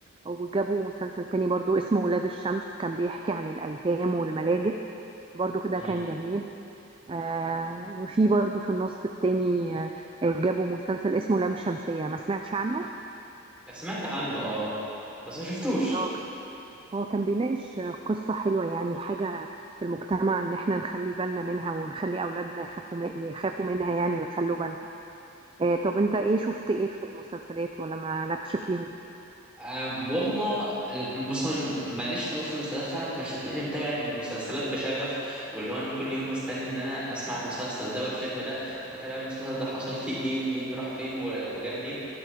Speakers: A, on the right; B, in the centre.
A: وجابوا مسلسل تاني برضو اسمه ولاد الشمس كان بيحكي عن الأيتام والملاجئ برضو كده
B: مم.
A: كان جميل آه، وفي برضو في النص التاني آه، جابوا مسلسل اسمه لام شمسية ما سمعتش عنه
B: سمعت عنه اه بس ما شفتوش
A: هو كان هو كان بيناقش قصة حلوة يعني حاجة في المجتمع إن احنا نخلي بالنا منها ونخلي أولادنا يخافوا يخافوا منها يعني ويخلوا بالهم آه، طب انت ايه شفت ايه في المسلسلات ولا مالكش فيهم
B: أم والله بص هو انا ماليش قوي في المسلسلات فعلا فمش هتلاقيني متابع المسلسلات بشغف واللي هو انا كل يوم مستني ان انا اسمع المسلسل ده والفيلم ده واتابع المسلسل ده حصل فيه ايه ومين راح فين و- وجا منين